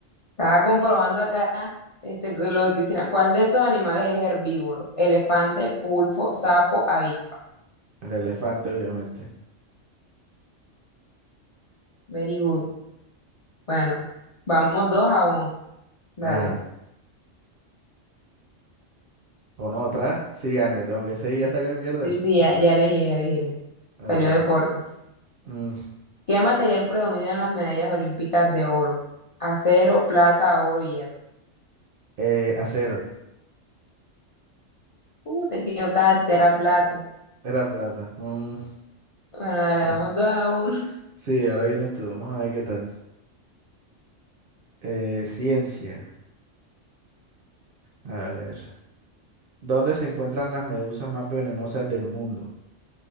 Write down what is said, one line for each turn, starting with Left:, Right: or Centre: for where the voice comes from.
Left: Estaba comprobando acá este, lo de Cristina. ¿Cuál de estos animales es herbívoro? Elefante, pulpo, sapo, avispa.
Right: El elefante, obviamente.
Left: Very good. Bueno, vamos dos a uno. Dale.
Right: Ajá. Pon otra. Sí, gane, Tengo que seguir hasta que pierda.
Left: Sí, sí, ya, ya elegiré, ya elegiré.
Right: Ok.
Left: Salió deportes.
Right: Mm,
Left: ¿Qué material predomina en las medallas olímpicas de oro? Acero, plata, oro, hierro.
Right: eh, acero.
Left: Uh, te equivocaste, era plata.
Right: Era plata. Mm,
Left: Bueno, dale,
Right: bueno.
Left: damos dos a uno.
Right: Sí, ahora vienes tú. Vamos a ver qué tal. Eh, ciencia. A ver. ¿Dónde se encuentran las medusas más venenosas del mundo?